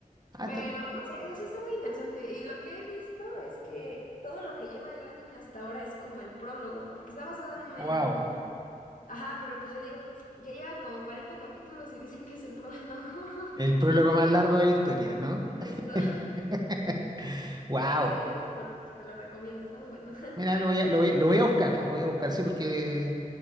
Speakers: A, on the right; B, on the left.
A: Ah,
B: Pero
A: está-
B: no sé, no sé, está muy interesante. Y lo que he visto es que todo lo que lleva el anime hasta ahora es como el prólogo, porque está basado en una
A: Wow.
B: novela. Ajá, pero pues yo digo, ya lleva como 40 capítulos y dicen que es el prólogo. <laughs>
A: El prólogo más largo de la historia, ¿no?
B: Justo.
A: <laughs> Wow.
B: Sí, si te gusta, te lo, te lo recomiendo, está muy bueno.
A: Mira, lo voy a, lo voy a, lo voy a buscar, lo voy a buscar, sí, porque